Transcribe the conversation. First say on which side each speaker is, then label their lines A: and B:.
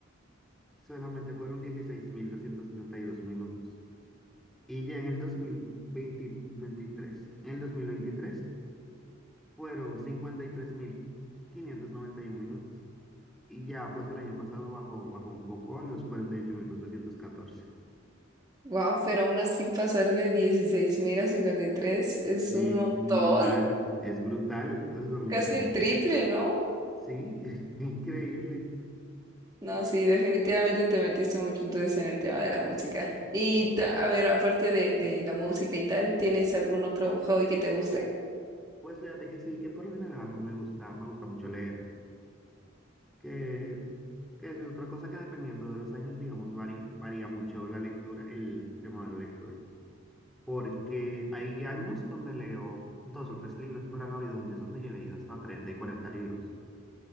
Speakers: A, in the centre; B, on the right.
A: solamente fueron 16.232 minutos y ya en el dos mil veintitrés en el 2023 fueron cincuenta y y tres mil quinientos noventa y uno minutos y ya pues el año pasado bajó, bajó un poco a los cuarenta y ocho mil cuatrocientos catorce
B: Wow, pero aún así pasar de 16.000 a 53 es
A: Sí,
B: un montón.
A: brutal, es brutal. es
B: <laughs>
A: un-
B: Casi el triple, ¿no?
A: Sí, <laughs> increíble.
B: No, sí, definitivamente te metiste mucho entonces en el tema de la música. Y
A: Sí.
B: ta- a ver, aparte de, de la música y tal, ¿tienes algún otro hobby que te guste?
A: Pues fíjate que sí, que por lo general a mí me gusta, me gusta mucho leer, que, que eso es otra cosa que dependiendo de los años, digamos, varía, varía mucho la lectura, el, el tema de la lectura. Porque hay años donde leo dos o tres libros, pero han habido años donde yo he leído hasta 30 y 40 libros.